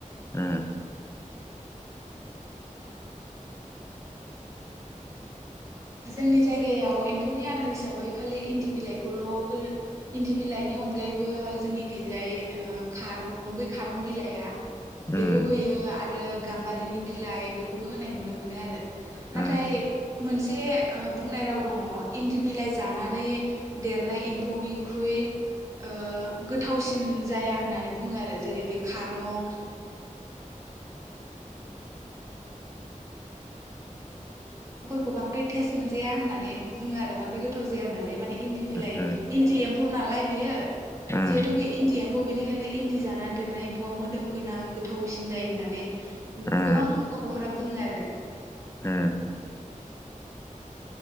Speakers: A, on the left (about 20°); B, on the right (about 20°).
A: उम।
B: जोंनि जायगायाव एम्फौनि आदार हिसाबै खालि इन्दि बिलाइखौल' होयो। इन्दि बिलाइनि अनगायैबो जोंनिखैजाय ओ खारं बै खारं बिलाइआ
A: उम
B: बेखौ होयो आरो गाम्बारिनि बिलाइ बेखौबो होनाय नुनो मोनो आरो।
A: उम
B: नाथाय
A: उम
B: मोनसे मोनसे बुंनाय राव दङ इन्दि बिलाइ जानानै देरनाय एम्फौनिख्रुइ ओ गोथावसिन जाया होननानै बुङो आरो। जेरै बे खारं बांद्राय टेस्ट मोनजाया होननानै बुङो आरो बांद्राय गोथाव जाया होननानै माने इन्दि बिलाइ
A: उम
B: इन्दि एम फौ नालाय बियो
A: उम
B: जिहेथु बे इन्दि एम्फौ। बेनिखायनो इन्दि जाना देरनाय एम्फौआ मोदोम गोनां गोथावसिन जायो होननानै गो-गोबां
A: उम
B: बर'फोरा बुङो आरो।
A: उम